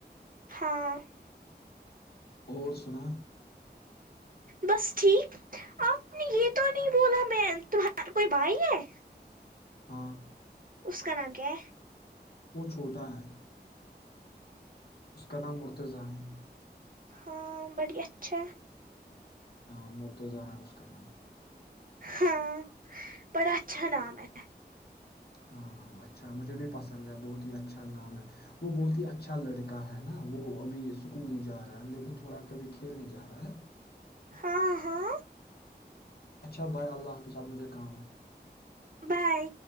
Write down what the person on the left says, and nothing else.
اور سنا
ہاں
وہ چھوٹا ہے السلام علیکم محترم بھائی
ہاں مور تو ز ہے مشکان
ہاں اچھا مجھے بھی پسند ہے بہت ہی اچھا نام ہے وہ بہت ہی اچھا لڑکا ہے نا وہ ابھی اسکول ہی جا رہا ہے لیکن تھوڑا کبھی کھیل نہیں جا رہا ہے
اچھا بھائے اللہ حافظ آپ مجھے کام ہے